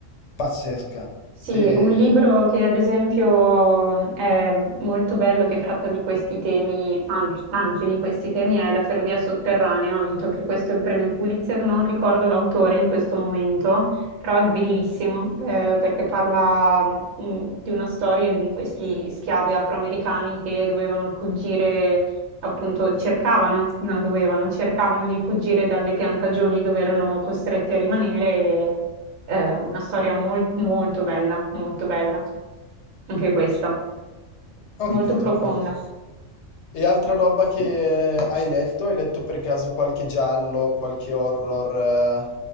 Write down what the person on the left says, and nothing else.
pazzesca.
E
ho
capito,
ho capito. E altra roba che eh, hai letto? Hai letto per caso qualche giallo, qualche horror? eh?